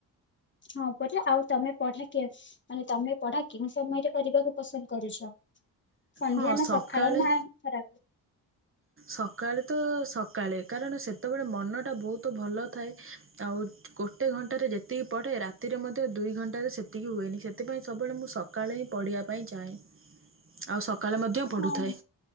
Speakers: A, on the left; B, on the right.
A: ହଁ ପଟେ ଆଉ ତମେ ପଢା କେ ମାନେ ତମେ ପଢା କେଉଁ ସମୟରେ କରିବାକୁ ପସନ୍ଦ କରୁଛ। ସନ୍ଧ୍ୟା
B: ହଁ
A: ନା
B: ସକାଳେ
A: ସକାଳ ନା ଖରାକୁ?
B: ସକାଳେ ତ ସକାଳେ କାରଣ ସେତେବେଳେ ମନଟା ବହୁତ ଭଲ ଥାଏ ଆଉ ଗୋଟେ ଘଣ୍ଟାରେ ଯେତିକି ପଢ଼େ ରାତିରେ ମଧ୍ୟ ଦୁଇ ଘଣ୍ଟାରେ ସେତିକି ହୁଏନି ସେଥିପାଇଁ ସବୁବେଳେ ମୁଁ ସକାଳେ ହିଁ ପଢ଼ିବା ପାଇଁ ଚାହେଁ। ଆଉ ସକାଳେ ମଧ୍ୟ ପଢ଼ୁଥାଏ।
A: ହଁ